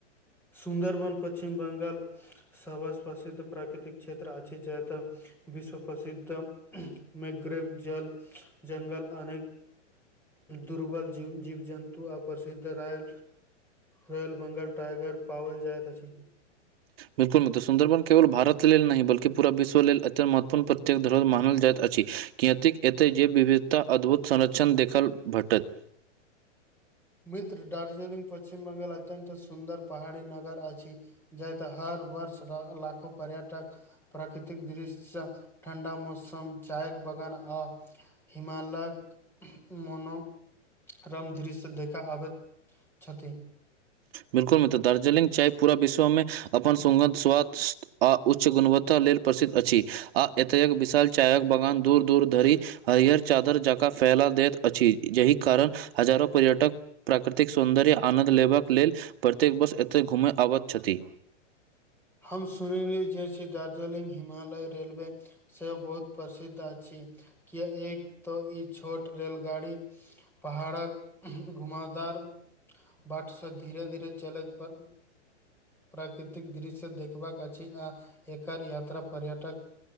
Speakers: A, in the centre; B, on the right.
A: सुन्दरबन पश्चछिम बंगाल। सभसँ प्रसिद्ध प्राकृतिक क्षेत्र अछि जैतऽ। विश्व प्रसिद्ध मग्रेव जल जंगल अनेक। दुर्बल जीव जन्तु आ प्रसिद्ध राइ भेल। बंगाल टाइगर पाओल जाइत अछि।
B: मिरपुल मित्र सुंदरबन केवल भारत लेल नहि बल्कि पुरा विश्वव लेल अयन्त महत्वपूर्ण प्रत्येक धरोहर मानल जाइत अछि। किएतक एतै जे विविधता अद्भुत संरक्षण देखल भेटत।
A: मीत्र दार्जिलिंग पश्चिम बंगाल अत्यंत सुन्दर पहाड़ी नगर अछि। जाइ त हर वर्ष लाखो पर्यटक। प्राकृतिक दृश्य ठण्डा मौसम चाय बगान आ। हिमालयक मोनोरम दृश्य। देखा आबैत छथि।
B: बिल्कुल मित्र दार्जिलिंग चाय पूरा विश्वमे अपन सुंगध स्वाद। आ उच्च गुणवत्ता लेल प्रसिद्ध अछि आ एतयेक विशाल चायक बगान दूर दूर धरि। हरिहर चादर जकाँ फैला देैत अछि यहि कारण हजारो पर्यटक प्राकृतिक सौन्दर्य आनन्द लेबाक लेल प्रत्येक बस एतय घूमय अबैत छथि।
A: हम सुनली जे छैय दार्जलिंग हिमालय रेलवे। से बहुत प्रसिद्ध अछि किया एक त ई छोट रेलगाड़ी। पहाड़क घुमाउ दार। बाटश धीरे धीरे चलैत पर प्राकृतिक दृश्य। देखबाक अछि आ एकर यात्रा पर्यटक।